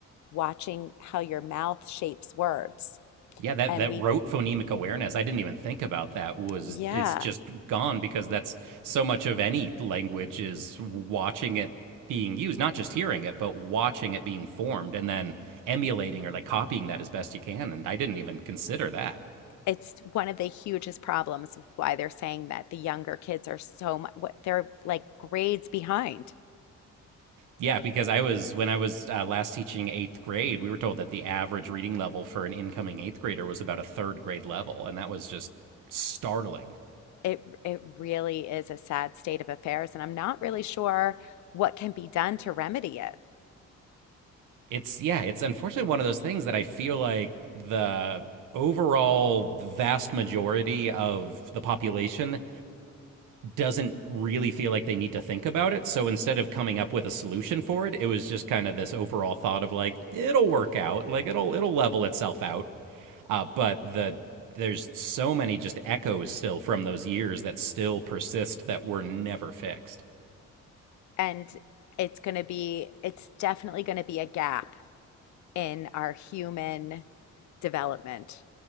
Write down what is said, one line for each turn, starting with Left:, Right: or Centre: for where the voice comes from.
Left: watching how your mouth shapes words.
Right: yeah that
Left: And
Right: that
Left: we,
Right: rote phonemic awareness i didn't even think about that was
Left: yeah,
Right: is just gone because that's so much of any language is watching it being used not just hearing it but watching it being formed and then emulating or like copying that as best you can and i didn't even consider that
Left: it's one of the hugest problems of why they're saying that the younger kids are so much, what, they're like grades behind.
Right: yeah because i was when i was uh, last teaching eighth grade we were told that the average reading level for an incoming eighth grader was about a third grade level and that was just startling
Left: It it really is a sad state of affairs, and I'm not really sure what can be done to remedy it.
Right: it's yeah, it's unfortunately one of those things that I feel like the overall vast majority of the population doesn't really feel like they need to think about it. So instead of coming up with a solution for it, it was just kind of this overall thought of like it'll work out, like it'll it'll level itself out. Uh, but the there's so many just echoes still from those years that still persist that were never fixed.
Left: And it's going to be, it's definitely going to be a gap in our human development